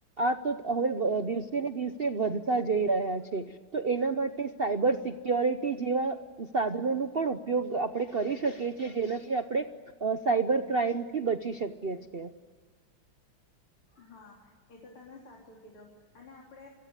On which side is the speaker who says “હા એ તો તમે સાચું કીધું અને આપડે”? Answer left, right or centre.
Left